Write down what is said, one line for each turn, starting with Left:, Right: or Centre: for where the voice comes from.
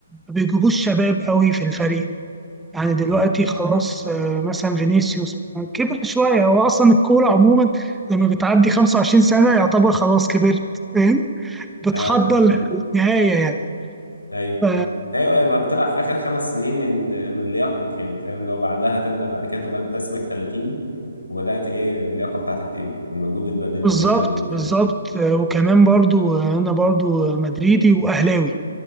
Centre: ما بيجيبوش شباب قوي في الفريق يعني دلوقتي
Left: مم.
Centre: خلاص آه، مثلا فينيسيوس كبر شويه هو اصلا الكوره عموما لما بتعدي 25 سنه يعتبر خلاص كبرت فاهم بتحضر
Left: أه
Centre: للنهايه يعني
Left: أيوه
Centre: ف-
Left: أيوه أيوه، يبقى بتلعب في آخر خمس سنين من من لياقتك يعني فاهم لو بعدها تبدأ بعد كده تبقى أنت اسمك تلاتيني وبدأت إيه اللياقة بتاعتك تقل المجهود البدني
Centre: بالظبط
Left: بدأ يقل والكلام
Centre: بالظبط
Left: ده.
Centre: آه، وكمان برضو آه، انا برضو مدريدي واهلاوي